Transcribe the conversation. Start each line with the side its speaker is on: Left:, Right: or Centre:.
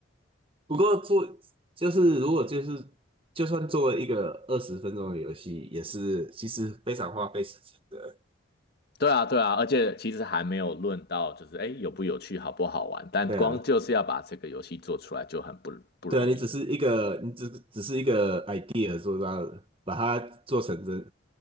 Right: 不过做就是如果就是就算做了一个二十分钟的游戏，也是其实非常花费时间的。
Left: 对啊，对啊，而且其实还没有论到就是哎有不有趣、好不好玩，但光就是要把这个游戏做出来就很不不容易了。
Right: 对啊，对啊，你只是一个你只只是一个 idea 做到把它做成真，